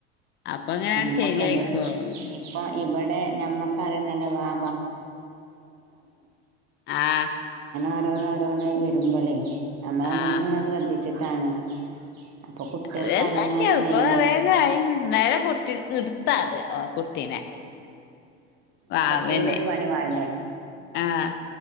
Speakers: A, on the left; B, on the right.
A: അപ്പൊ ഇങ്ങനെയാണ്ട്
B: ഞമ്മക്കത്
A: ശരിയായിക്കോളും
B: ഇപ്പൊ ഇവിടെ ന അ
A: ആഹ്
B: അ ഓോ രോന്ന് വരുമ്പോളേ നമ്മളമ്മുക്ക
A: ആഹ്
B: ഇെ ശ്രദ്ധിച്ചിട്ടാണ് അപ്പൊ കുട്ടികൾക്ക്
A: അത് എന്താക്കെയളപ്പറയതായി
B: അറിഞ്ഞോണൊന്നുമില്ല
A: എന്നാല കുട്ടി എടുത്താെ കുട്ടീനെ വാവനെ
B: എത്തൽൊ ഒരു പണി വേണ്ടേ
A: ആഹ്